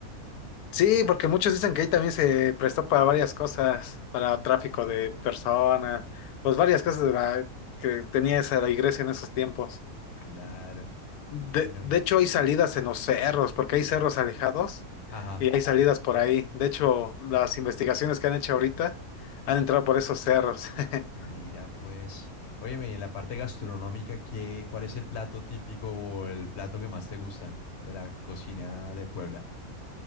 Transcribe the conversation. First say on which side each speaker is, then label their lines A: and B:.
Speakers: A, on the left; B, on the left.
A: Sí, porque muchos dicen que ahí también se prestó para varias cosas, para tráfico de personas, pues varias cosas de la, que tenía esa la iglesia en esos tiempos.
B: Claro,
A: De,
B: no.
A: de hecho, hay salidas en los cerros, porque hay cerros alejados
B: Ajá.
A: y hay salidas por ahí. De hecho, las investigaciones que han hecho ahorita han entrado por esos cerros. <laughs>
B: Mira, pues. Óyeme, y en la parte gastronómica, ¿qué, cuál es el plato típico o el plato que más te gusta de la cocina de Puebla?